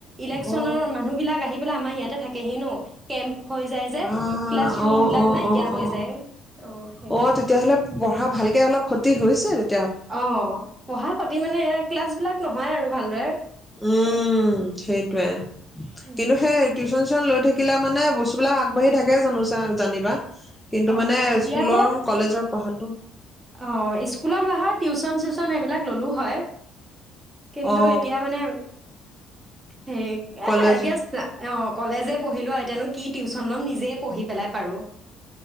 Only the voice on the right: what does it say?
ইলেকচনৰ
মানুহ বিলাক আহি পেলাই আমাৰ ইয়াত ইয়াতেই থাকেহি ন কেম্প হৈ যায় যে
ক্লাছ ৰুম
বিলাক
নাইকিয়া
হৈ
যায় অ সেইকাৰণে
অ পঢ়া খতি মানে এ ক্লাছ বিলাক।। নহয় আৰু ভালদৰে।।
উম
অ
এতিয়া
বাৰু
অ স্কুলত হোৱা হয় টিউচন চিউচন সেইবিলাক ল'লোঁ হয়। কিন্তু
এতিয়া মানে।। হেৰি
এ দয়াচা অ <inaudible> কলেজে পঢ়িলোঁ এতিয়া নো কি টিউচন ল'ম নিজেই পঢ়ি পেলাই পাৰোঁ।